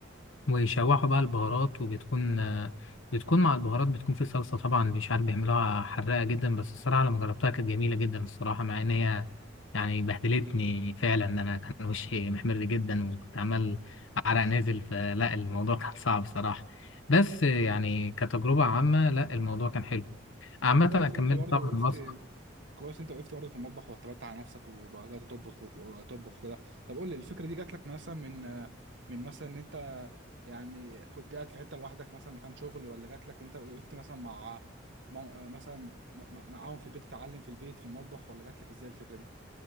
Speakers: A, on the left (about 80°); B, on the right (about 65°).
A: ويشوحوا بقى البهارات وبتكون آه، بتكون مع البهارات بتكون في صلصة طبعا مش عارف بيعملوها حراقة جدا بس الصراحة لما جربتها كانت جميلة جدا الصراحة مع ان هي يعني بهدلتني فعلا إن انا كان وشي محمر جدا وكنت عمال عرق نازل فلا الموضوع <laughs> كان صعب صراحة بس آه، يعني كتجربة عامة لا الموضوع كان حلو عامة
B: طب كويس
A: انا كملت
B: ان انت برضه
A: طبعا
B: وقفت
A: الوصفة
B: كويس انت وقفت برضه في المطبخ واعتمدت على نفسك وبدات تطبخ وتطبخ كده طب قول لي الفكره دي جات لك مثلا من آه، من مثلا ان انت يعني كنت قاعد في حته لوحدك مثلا مكان شغل ولا جات لك ان انت وقفت مثلا مع مع- آه، مثلا م- م- معاهم في البيت تتعلم في البيت في المطبخ ولا جات لك ازاي الفكره دي